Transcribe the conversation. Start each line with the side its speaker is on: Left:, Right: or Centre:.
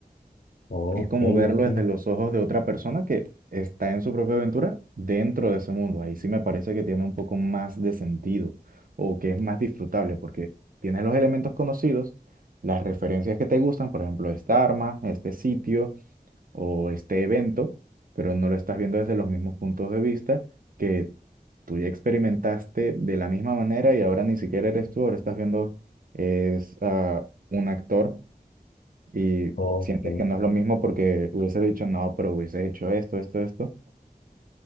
Left: ok,
Right: Es como verlo
Left: ok,
Right: desde los ojos de otra persona que está en su propia aventura dentro de ese mundo. Ahí sí me parece que tiene un poco más de sentido o que es más disfrutable porque tienes los elementos conocidos, las referencias que te gustan, por ejemplo, esta arma, este sitio o este evento, pero no lo estás viendo desde los mismos puntos de vista que tú ya experimentaste de la misma manera y ahora ni siquiera eres tú, ahora estás viendo es, a un actor y
Left: ok.
Right: sientes que no es lo mismo porque hubieses dicho no, pero hubieses hecho esto, esto, esto.